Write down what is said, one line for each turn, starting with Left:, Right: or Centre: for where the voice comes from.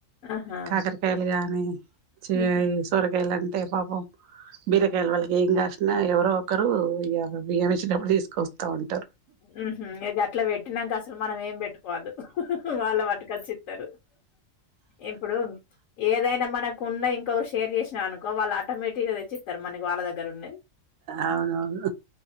Left: ఆహా!
Right: కాటం లుగాని చే
Left: హుహు.
Right: అయి సోరకాయలన్ అంటే పాపం బీరకాయలు వాళ్ళకి ఏం కాసినా ఎవరో ఒకరు ఇగ బియ్యం ఇచ్చినప్పుడు తీసుకొస్తా ఉం
Left: ఉమ్ హు ఇగ గట్ల పెట్టినంక అసలు మనం ఏం పెట్టుకోవద్దు వాళ్ళ పట్టుకచ్చి ఇస్తారు ఇప్పుడు ఏదైనా మనకు ఉన్ న్న ఇంకొకర్ షేర్ చేసినా అనుకో వాళ్ళు ఆటోమేటిక్ గా తెచ్చిస్తారు మనీ వాళ్ళ దగ్గర ఉన్నాయి
Right: అవునవును